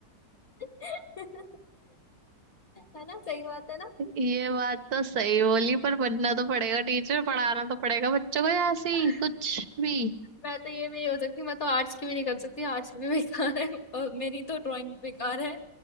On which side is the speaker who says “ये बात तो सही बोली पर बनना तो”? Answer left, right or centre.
Right